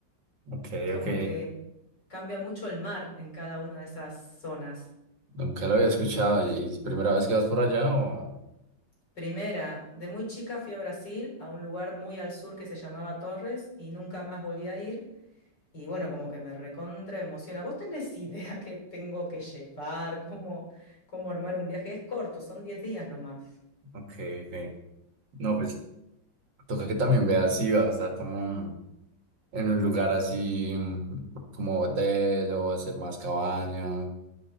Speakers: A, on the right; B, on the left.
A: ok,
B: Es como
A: ok.
B: que cambia mucho el mar en cada una de esas zonas.
A: Nunca lo había escuchado. ¿Y es primera vez que vas por allá o...?
B: Primera, de muy chica fui a Brasil, a un lugar muy al sur que se llamaba Torres y nunca más volví a ir. Y bueno, como que me recontra emociona. ¿Vos tenés idea <laughs> qué tengo que llevar? ¿Cómo, cómo armar un viaje? Es corto, son 10 días nomás.
A: Ok, ok. No, pues toca que también veas si vas a estar como en un lugar así, mm, como hotel o hacer más cabaña.